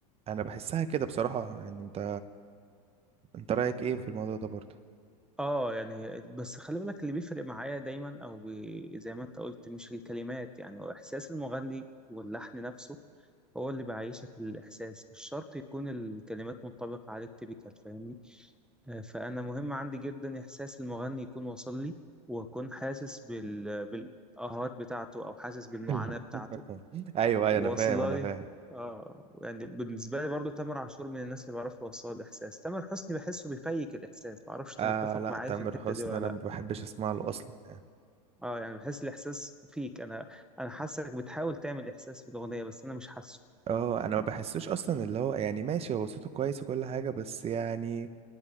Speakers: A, on the right (about 30°); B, in the centre.
A: انا بحسها كده بصراحه يعني انت انت رايك ايه في الموضوع ده برضه
B: اه يعني بس خلي بالك اللي بيفرق معايا دايما او بي زي ما انت قلت مش الكلمات يعني هو احساس المغني واللحن نفسه هو اللي بيعيشك الاحساس مش شرط يكون الكلمات منطبقه عليك تيبيكال فاهمني آه، فانا مهم عندي جدا احساس المغني يكون واصل لي واكون حاسس بال بالآهات بتاعته او حاسس بالمعاناه
A: <laughs>
B: بتاعته
A: ايوه
B: واصله
A: ايوه انا فاهم انا
B: لي
A: فاهم
B: اه يعني بالنسبه لي برضو تامر عاشور من الناس اللي بعرفه يوصل الاحساس تامر حسني بحسه بيفيك الاحساس ما اعرفش انت
A: آه
B: متفق
A: لا
B: معايا
A: تامر
B: في الحته
A: حسني
B: دي ولا
A: انا
B: لا
A: ما بحبش اسمع له اصلا يعني.
B: اه يعني بحس الاحساس فيك انا انا حاسك بتحاول تعمل احساس في الاغنيه بس انا مش حاسه
A: اه انا ما بحسوش اصلا اللي هو يعني ماشي هو صوته كويس وكل حاجه بس يعني